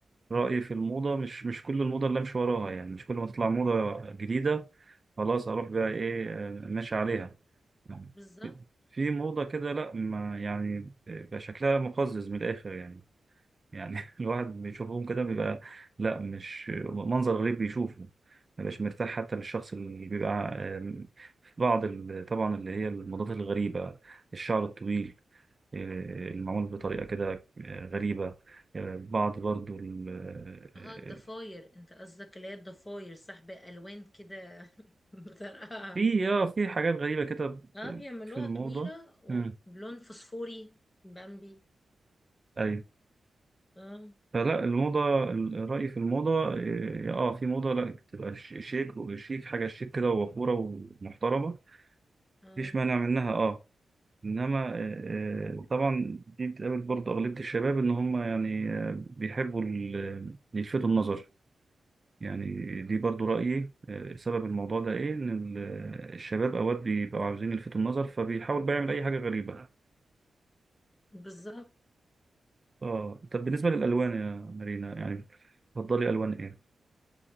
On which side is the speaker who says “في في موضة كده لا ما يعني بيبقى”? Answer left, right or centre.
Right